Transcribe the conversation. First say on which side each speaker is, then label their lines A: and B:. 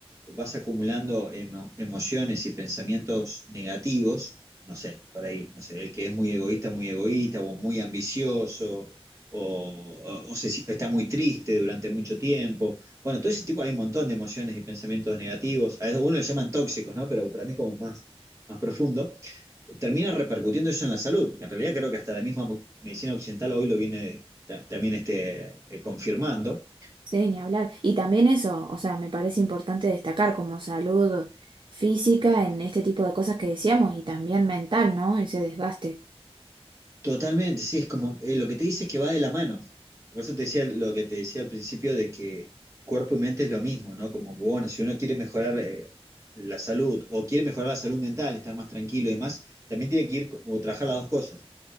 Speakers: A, on the right (about 30°); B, on the right (about 50°).
A: vas acumulando emo- emociones y pensamientos negativos, no sé, por ahí, no sé, el que es muy egoísta, muy egoísta, o muy ambicioso, o, o- o se si- está muy triste durante mucho tiempo. Bueno, todo ese tipo, hay un montón de emociones y pensamientos negativos. A algunos le llaman tóxicos, ¿no? Pero para mí es como más, más profundo. Eh, Termina repercutiendo eso en la salud. que En realidad creo que hasta la misma mo- medicina occidental hoy lo viene ta- también este, eh, confirmando.
B: Sí, ni hablar. Y también eso, o sea, me parece importante destacar como salud física en este tipo de cosas que decíamos y también mental, ¿no? Ese desgaste.
A: Totalmente, sí, es como eh, lo que te dice es que va de la mano. Por eso te decía lo que te decía al principio de que cuerpo y mente es lo mismo, ¿no? Como, bueno, si uno quiere mejorar eh, la salud o quiere mejorar la salud mental, estar más tranquilo y demás, también tiene que ir co- o trabajar las dos cosas.